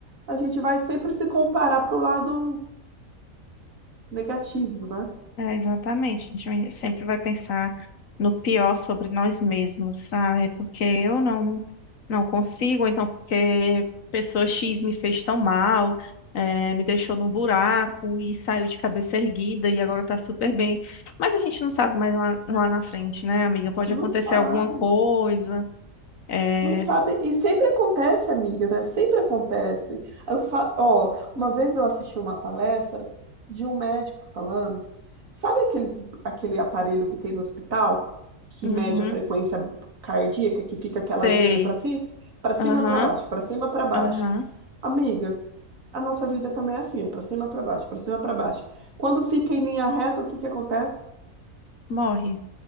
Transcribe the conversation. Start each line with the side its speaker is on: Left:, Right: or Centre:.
Right: A gente vai sempre se comparar pro lado negativo, né?
Left: É, exatamente. A gente sempre vai pensar no pior sobre nós mesmos, sabe? Porque eu não não consigo, ou então porque pessoa X me fez tão mal, é, me deixou no buraco e saiu de cabeça erguida e agora tá super bem. Mas a gente não sabe mais lá, lá na frente, né, amiga? Pode
Right: Não
Left: acontecer
Right: faz.
Left: alguma coisa. É,
Right: Não sabe. E sempre acontece, amiga, né? Sempre acontece. Aí Eu fa... Ó, uma vez eu assisti uma palestra de um médico falando, sabe aqueles, aquele aparelho que tem no hospital que
Left: uhum,
Right: mede a frequência cardíaca, que fica aquelas
Left: sei.
Right: linhas para si, para cima,
Left: Aham,
Right: para baixo, para cima, para baixo.
Left: aham,
Right: Amiga, a nossa vida também é assim, para cima, para baixo, para cima, para baixo. Quando fica em linha reta, o que que acontece?
Left: morre.